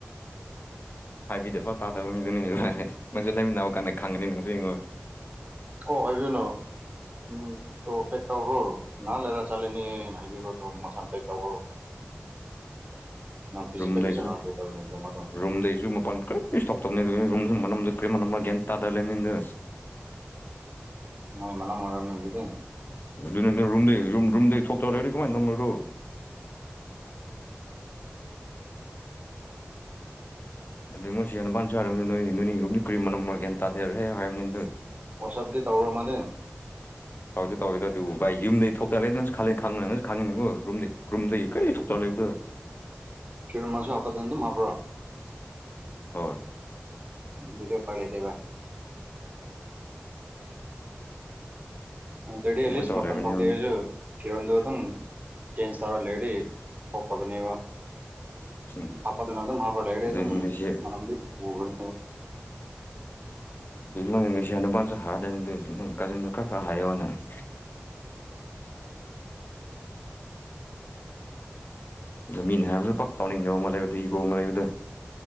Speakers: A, on the left (about 55°); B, on the right (about 40°).
A: ꯍꯥꯏꯕꯤꯗꯕ ꯇꯥꯗꯕ ꯃꯤꯗꯨꯅꯤꯅꯦ ꯅꯪꯁꯨ ꯂꯩꯃꯤꯟꯅꯕ ꯀꯥꯟꯗ ꯈꯪꯒꯅꯤ ꯅꯪꯁꯨ ꯌꯦꯡꯉꯣ
B: ꯑꯣ ꯍꯥꯏꯕꯤꯌꯨꯅꯣ ꯎꯝ ꯇꯣ ꯄꯦꯛ ꯇꯧꯔꯣ ꯉꯍꯥꯛ ꯂꯩꯔ ꯆꯠꯂꯥꯅꯤꯅꯥ ꯍꯥꯏꯕꯤꯈ꯭ꯔꯣ ꯃꯁꯥꯟꯅ ꯄꯦꯛ ꯇꯧꯔꯣ ꯅꯪ ꯐꯤꯖꯤꯀꯦꯜꯂꯤ
A: ꯔꯨꯝ ꯗꯩꯁꯨ
B: ꯖꯒꯥꯗ ꯇꯧꯔꯤꯗꯣ ꯃꯗꯣ
A: ꯔꯨꯝ ꯗꯩꯁꯨ ꯃꯄꯥꯟ ꯀꯔꯤꯁꯨ ꯀꯔꯤꯁꯨ ꯊꯣꯛꯇꯕꯅꯤ ꯑꯗꯨꯅ ꯔꯨꯝ ꯒꯤ ꯃꯅꯝ ꯁꯤꯁꯨ ꯀꯩ ꯃꯅꯝ ꯂꯥ ꯒꯌ꯭ꯥꯟ ꯇꯥꯗꯅꯥ ꯂꯩꯕꯅꯤꯗ
B: ꯃꯥꯒꯤ ꯃꯅꯝ ꯑꯣꯏꯔꯝꯒꯅꯤ ꯑꯗꯨꯗꯤ
A: ꯑꯗꯨꯅ ꯔꯨꯝꯝꯗ ꯔꯨꯝ ꯔꯨꯨꯝꯗꯩ ꯊꯣꯛꯣꯛ ꯇꯧꯔꯦ ꯀꯃꯅ ꯅꯃꯔꯣ <unintelligible> ꯅꯣꯏꯅꯤ ꯂꯩꯕꯁꯤ ꯀꯩ ꯃꯅꯝꯂꯥ ꯒꯌ꯭ꯥꯟ ꯇꯥꯗꯦ ꯍꯦꯛ ꯍꯦꯛ ꯍꯥꯌꯕꯅꯤ
B: ꯋ꯭ꯁ ꯎꯞ ꯗꯤ ꯇꯧꯕꯔꯣ ꯃꯗꯤ
A: ꯇꯧꯗꯦ ꯇꯧꯋꯦꯗ ꯑꯗꯨꯕꯨ ꯔꯨꯝꯗꯒꯤ ꯊꯣꯛꯇꯕꯤ ꯈꯜꯂꯨ ꯈꯪꯅꯁꯨ ꯈꯪꯉꯤꯅꯦꯕꯨ ꯔꯨꯝꯗꯒꯤ ꯀꯔꯤꯝꯠ ꯊꯣꯛꯇꯔꯛ ꯂꯩꯕꯗꯣ
B: ꯐꯤꯔ ꯃꯥꯁꯨ ꯍꯥꯞꯄꯗ ꯑꯗꯨꯝ ꯍꯥꯞꯄ꯭ꯔꯣ
A: ꯍꯣꯏ
B: ꯑꯗꯨꯗꯤ ꯎꯄꯥꯏ ꯂꯩꯇꯦ ꯕꯥꯏ ꯅꯠꯇꯔꯗꯤ
A: ꯑꯗꯨꯃꯥꯏꯅ
B: ꯑꯦꯠꯂꯤꯁꯇ꯭
A: ꯇꯧꯔ
B: ꯃꯄꯥꯟ
A: ꯂꯩꯕꯅꯤ
B: ꯊꯣꯛꯀꯦ ꯍꯥꯌꯔꯁꯨ ꯐꯤꯔꯣꯟꯗꯣ ꯑꯗꯨꯝ ꯆꯦꯟꯖ ꯇꯧꯔ ꯂꯩꯔꯗꯤ ꯊꯣꯛꯇꯕꯅꯦꯕ
A: ꯎꯝ
B: ꯍꯥꯄ ꯑꯗꯨꯅ ꯑꯗꯨꯝ ꯍꯥꯄꯄꯥ ꯂꯩꯔꯗꯤ
A: ꯑꯗꯨ ꯅꯪꯁꯦ
B: ꯃꯅꯝꯗꯨ ꯊꯣꯀꯞꯅꯦ
A: <unintelligible> ꯃꯤꯅ ꯍꯥꯏꯕꯁꯨ ꯄꯥꯛ ꯇꯧꯅꯤꯡꯗꯕ ꯏꯒꯣ ꯑꯃꯥ ꯂꯩꯕꯗꯨ